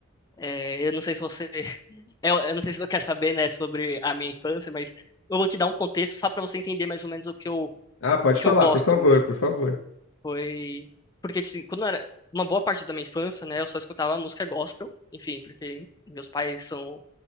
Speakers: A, on the left (about 15°); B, on the left (about 75°).
A: é, eu não sei se você, <laughs> eu, eu não sei se você quer saber, né, sobre a minha infância, mas eu vou te dar um contexto só pra você entender mais ou menos o que eu,
B: Ah, pode
A: que
B: falar,
A: eu gosto
B: por favor,
A: hoje.
B: por favor.
A: Foi. Porque, assim, quando era uma boa parte da minha infância, né, eu só escutava música gospel, enfim, porque meus pais são,